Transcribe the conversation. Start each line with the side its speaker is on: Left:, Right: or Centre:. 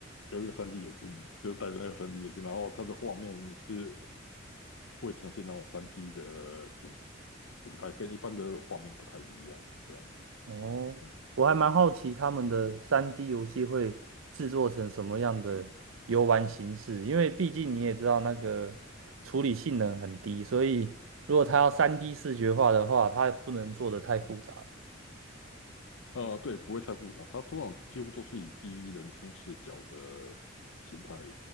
Left: 有一个三 d 眼镜，就戴着那个三 d 眼镜，然后它的画面是会呈现那种三 d 的形形态，跟一般的画面不太一样，这样，
Right: 哦，
Left: 嗯，
Right: 我还蛮好奇他们的三 D 游戏会制作成什么样的游玩形式，因为毕竟你也知道那个处理性能很低，所以如果它要三 D 视觉化的话，它不能做得太复杂吧。
Left: 呃，对，不会太复杂，它通常几乎都是以第一人称视角的形态